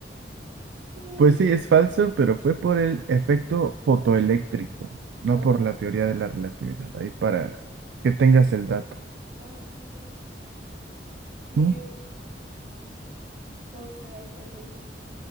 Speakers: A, on the right (about 55°); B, on the right (about 80°).
A: Eh,
B: Pues sí, es falso, pero fue por el efecto fotoeléctrico, no
A: Oh,
B: por la teoría de la relatividad. Ahí para
A: ¿por
B: que tengas el dato.
A: Ah, ok, gracias. Eh,
B: ¿Mm?
A: vamos a ver, Juani.